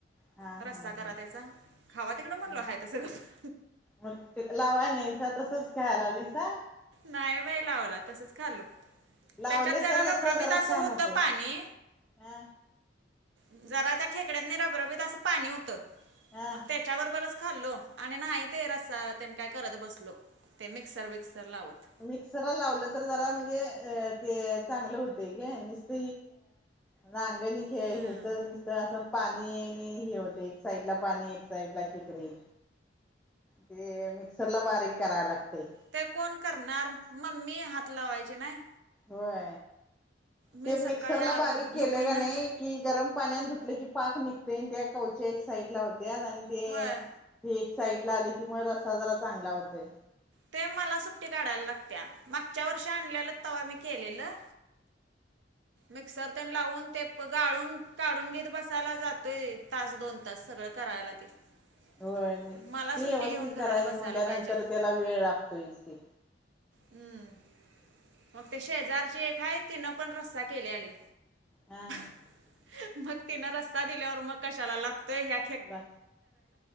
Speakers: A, in the centre; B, on the right.
A: हा हा
B: रस्सा
A: हा
B: करा त्याचा खावा तिकडं मनल
A: हा
B: हय त सगळं.
A: मग लावाय नाहीसा तसच ख्यायला आलीसा का?
B: नाही बाई लावला तसच खालो.
A: लावले
B: त्याच्यात जरा
A: तर रस्सा
B: रबरबीत
A: जरा
B: असं
A: छान
B: होत
A: होतय
B: पाणी.
A: हा
B: <inaudible> जरा त्या खेकड्यानी रबरबीत असं पाणी होतं
A: हा
B: मग त्या. त्याच्यावर बरच खाल्लो आणि नाही ते रस्. त्यांने काय करत बसलो ते मिक्सर विक्सर लावत.
A: मिक्सर लावलं तर जरा म्हणजे अ ते चांगलं होते ग नसत. नागणी खेळय
B: ह
A: तर. तर असं पाणी आणि हे होत एक साइड ला पाणी एक साइड ला खेकडे. ते मिक्सर ला बारीक कराय लागते.
B: ते कोण करणार मम्मी हात लावायचे नाही.
A: होय
B: मी
A: ते
B: सकाळी
A: मिक्सर
B: आलो
A: ला बारीक
B: दुकानात
A: केले का नाही. की गरम पाण्या धुतले की पाक निघते त्या कवच्या एक साइड ला होत्या आणि ते
B: होय
A: ही एक साइड ला आली की मग रस्ता जरा चांगला होतय.
B: ते मला सुट्टी काढायला लागत्या मागच्या वर्षी आणलेलं तवा्हा मी केलेलं. मिक्सर. ण लावून ते गाळून काढून घेत बसायला जातोय तास दोन-तास सगळं करायला. ते <unintelligible>
A: होय ते
B: मला सुट्टी
A: व्यवस्थित
B: घेऊन घरात
A: करायचं
B: बसायला
A: म्हणल्यानंतर
B: पाहिजेल
A: त्याला वेळ लागतोय ते.
B: हम्म मग ते शेजारची एक आहेय तिनं पण रस्ता केले आले.
A: हा.
B: मग तिन रस्ता दिलेवर मग कशाला लागतोय ह.
A: ह